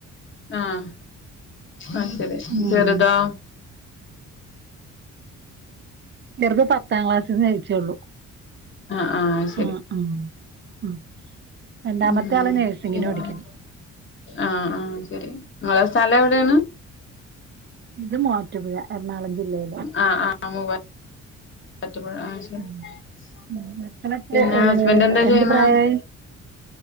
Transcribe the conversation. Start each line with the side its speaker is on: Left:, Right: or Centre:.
Left: ആഹ് അയ് ശരി
Right: ഉം
Left: ചെറ്തോ
Right: ചെറ്ത് പത്താം ക്ലാസ്ന്ന് ജയിച്ചുള്ളൂ
Left: ആ ശരി
Right: ആ അ അ രണ്ടാമത്തെ
Left: ഉം
Right: ആള് നഴ്സിങ്ങിന്
Left: പിന്നെ
Right: പഠിക്ക്ണ്
Left: ആഹ് ആഹ് ശരി നിങ്ങളെ സ്ഥലം എവിടെയാണ്
Right: !!!!!!!!!!
Left: !!!!!!
Right: ഉം
Left: !!
Right: ഉം.
Left: !
Right: മക്കളൊക്കെ
Left: ! പിന്നെ
Right: ഏഹ്
Left: ഹസ്ബൻറ് എന്താ
Right: എന്ത്
Left: ചെയ്യുന്നേ
Right: പ്രായായി